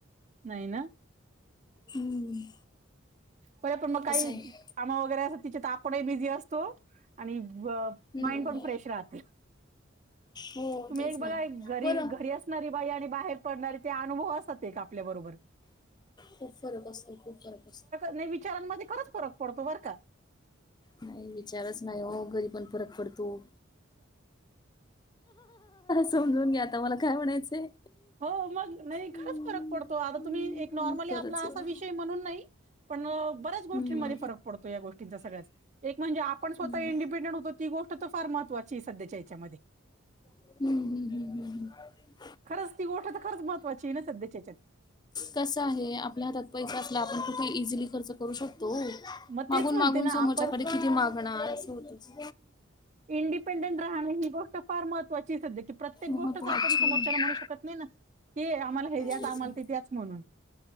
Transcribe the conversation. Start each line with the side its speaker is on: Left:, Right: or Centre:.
Right: नाही ना?
Left: हम्म.
Right: बर पण मग काही
Left: असं
Right: <unintelligible>
Left: आहे.
Right: वगैरे असत तिच्यात आपण बिझी असतो, आणि माइंड
Left: हम्म.
Right: पण फ्रेश राहते.
Left: हो
Right: तुम्ही
Left: तेच
Right: एक बघा
Left: ना
Right: घरी
Left: बरं
Right: घरी असणारी बाई आणि बाहेर पडणारी ते अनुभव असत एक आपल्या बरोबर.
Left: खूप असतो खूप फरक.
Right: नाही विचारांमध्ये खरंच फरक पडतो बरं का
Left: नाही विचारच नाही हो घरी पण फरक पडतो. समजून घ्या आता मला काय म्हणायचंय?
Right: हो मग नाही
Left: हम्म,
Right: खास फरक पडतो आता
Left: हम्म,
Right: तुम्ही एक नॉर्मली
Left: खरंच
Right: आपला
Left: आहे.
Right: असा विषय म्हणून नाही पण बऱ्याच गोष्टींमध्ये
Left: हम्म.
Right: फरक पडतो या गोष्टींचा सगळ्यात एक म्हणजे आपण स्वतः
Left: हम्म
Right: इंडिपेंडेंट होतो ती गोष्ट तर फार महत्वाची आहे सध्याच्या याच्यामध्ये.
Left: हम्म हम्म हम् हम् हम.
Right: खरं गोष्ट तर खरंच महत्वाची आहे सध्या हेच्यात.
Left: कसं आहे आपल्या हातात पैसा असला आपण कुठे इझिली खर्च करू शकतो ओ.
Right: मग
Left: मागून
Right: तेच म्हणते
Left: मागून
Right: ना
Left: समोरच्याकडे
Right: आपण
Left: किती मागणार असं होत?
Right: इंडिपेंडेंट राहणे हि गोष्ट फार महत्त्वाची आहे. सध्या की प्रत्येक गोष्टच
Left: महत्वाची
Right: आपण समोरच्याला
Left: आहे.
Right: म्हणू शकत नाही ना. की आम्हाला हे द्याच
Left: तेच
Right: आम्हाला
Left: ना.
Right: ते द्याच म्हणून.